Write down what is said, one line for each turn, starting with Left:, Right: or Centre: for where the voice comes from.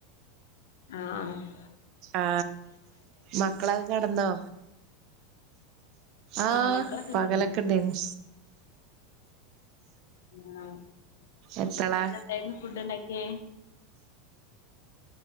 Left: ആ.. അ
Right: ആ മക്കളൊക്കെ കെടന്നോ ആ
Left: ആഹ് മക്കളൊക്കെ
Right: പകലൊക്കെണ്ടെനി
Left: കിടന്നു ആ
Right: എപ്പളാ
Left: പിന്നെന്തേന്നു ഫുഡ്ണ്ടാക്യേ